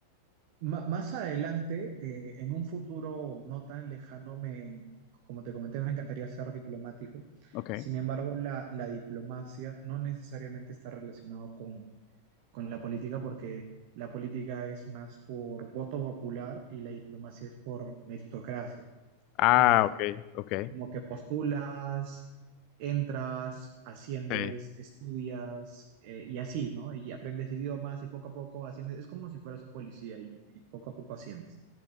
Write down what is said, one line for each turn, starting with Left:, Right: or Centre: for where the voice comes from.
Right: Ma- más adelante, eh, en un futuro no tan lejano, me, como te comenté, me encantaría ser diplomático.
Left: Ok.
Right: Sin embargo, la, la diplomacia no necesariamente está relacionado con, con la política porque la política es más por voto popular y la diplomacia es por meritocracia.
Left: Ah,
Right: O sea,
Left: ok, ok.
Right: como que postulas, entras, asciendes,
Left: Sí,
Right: estudias eh, y así, ¿no? Y aprendes idiomas y poco a poco asciendes. Es como si fueras un policía y y poco a poco asciendes.